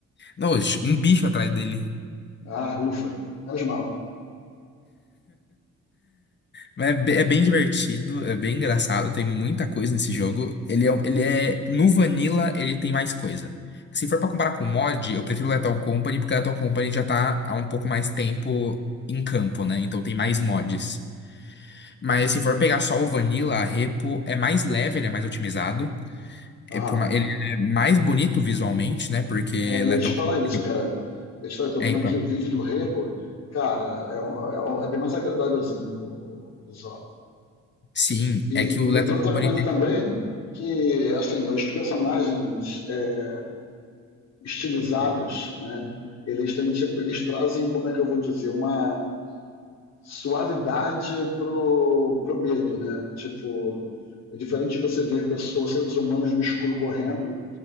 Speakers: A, on the left; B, on the left.
A: Nossa, um bicho atrás dele.
B: Ah, ufa, menos mal.
A: Mas é be- é bem divertido, é bem engraçado, tem muita coisa nesse jogo. Ele é, um- ele é, no Vanilla, ele tem mais coisa. Se for pra comparar com o mod, eu prefiro o Lethal Company, porque o Lethal Company já tá há um pouco mais tempo em campo, né? Então tem mais mods. Mas se for pegar só o Vanilla, a Repo é mais leve, ele é mais otimizado.
B: Aham.
A: É por ma- Ele é mais bonito visualmente, né? Porque
B: É, eu
A: Lethal
B: ia te falar
A: Company...
B: isso, cara. Eu, te, eu tô
A: É,
B: vendo
A: então.
B: aqui o vídeo do Repo. Cara, é, um- é um- é bem mais agradávelzinho o o visual.
A: Sim,
B: E,
A: é que o Lethal
B: e tem outra
A: Company
B: coisa
A: tem...
B: também, que, assim, os personagens é, estilizados, né? Eles têm, tipo, eles trazem, como é que eu vou dizer, uma suavidade pro, pro medo, né? Tipo, é diferente de você ver pessoas, seres humanos no escuro correndo,